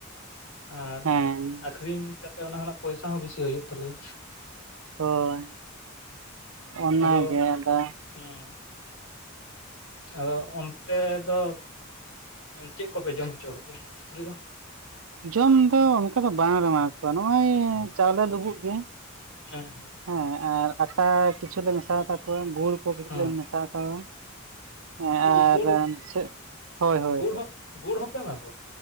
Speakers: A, on the left (about 70°); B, on the right (about 85°).
A: ᱟᱨ
B: ᱦᱮᱸ
A: ᱟᱹᱠᱷᱨᱤᱧ ᱠᱟᱛᱮᱫ ᱚᱱᱟ ᱠᱷᱱᱟᱜ ᱯᱚᱭᱥᱟ ᱦᱚᱸ ᱵᱮᱥᱤ ᱦᱩᱭᱩᱜ ᱛᱟᱞᱮᱭᱟ᱾
B: ᱦᱳᱭ ᱚᱱᱟᱜᱮ
A: ᱟᱫᱚ
B: ᱟᱫᱚ
A: ᱦᱮᱸ ᱟᱫᱚ ᱚᱱᱛᱮ ᱫᱚ ᱪᱮᱫ ᱠᱚᱯᱮ ᱡᱚᱢ ᱦᱚᱪᱚ ᱠᱚᱛᱮ ᱥᱩᱠᱨᱤ ᱫᱚ
B: ᱡᱚᱢ ᱫᱚ ᱚᱱᱠᱟ ᱫᱚ ᱵᱟᱝ ᱨᱚᱢᱟᱣ ᱠᱚᱣᱟ ᱱᱚᱜᱼᱚᱭ ᱪᱟᱣᱞᱮ ᱞᱩᱵᱩᱜ ᱜᱮ
A: ᱦᱮᱸ ᱦᱮᱸ
B: ᱦᱮᱸ ᱟᱨ ᱟᱴᱟ ᱠᱤᱪᱷᱩ ᱞᱮ ᱢᱮᱥᱟᱭ ᱛᱟᱠᱚᱣᱟ ᱜᱩᱲ ᱠᱚ ᱠᱟᱹᱴᱤᱡ
A: ᱦᱮᱸ
B: ᱞᱮ ᱢᱮᱥᱟᱭ ᱛᱟᱠᱚᱣᱟ ᱦᱮᱸ
A: ᱜᱩᱲ
B: ᱟᱨ
A: ᱜᱩᱲ
B: ᱪᱮᱫ ᱦᱳᱭ ᱦᱳᱭ
A: ᱜᱩᱲ ᱦᱚᱸ ᱜᱩᱲ ᱦᱚᱸᱯᱮ ᱮᱢᱟ ᱠᱚᱣᱟ